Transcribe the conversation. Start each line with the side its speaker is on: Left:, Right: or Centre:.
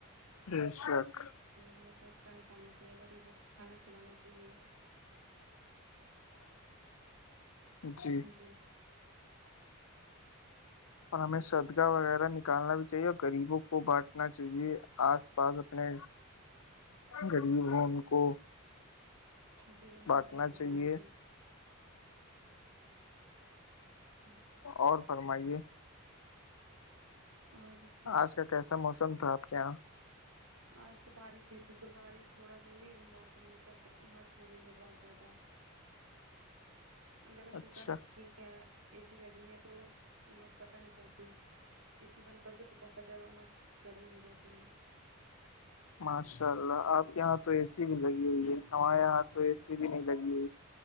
Left: ای سک
Right: ہمیں سے ہود کا نکالنا چاہیے غریبوں کو کھانا کھلانا چاہیے
Left: جی
Right: جی
Left: اور ہمیں شدکاہ وغیرہ نکالنا بھی چاہیے اور غریبوں کو بانٹنا چاہیے آس پاس اپنے غریب ہوں ان کو
Right: جی بالکل
Left: بانٹنا
Right: صحیح فرمائیایں
Left: چاہیے
Right: آپ نے ہوں
Left: اور فرمائیے
Right: اوراں سر
Left: آج کا کیسا موسم تھا آپ کے یہاں
Right: آج تو بارش بھی تھی تو بارش تھوڑا سا وہ موسم مطلب امس ہو گئی ہے بہت زیادہ ہم کا شکر
Left: اچھا
Right: ہے کہٹھ کیا ہے اے سی لگی ہے تو عمس پتہ نہیں چلتی اے سی بند کر دو تو بہت زیادہ عمس گرمی ہو جاتی ہے
Left: ماشاء اللہ آپ کے یہاں تو اے سی بھی لگی ہوئی ہے ہمارے یہاں تو اے سی بھی نہیں لگی ہوئی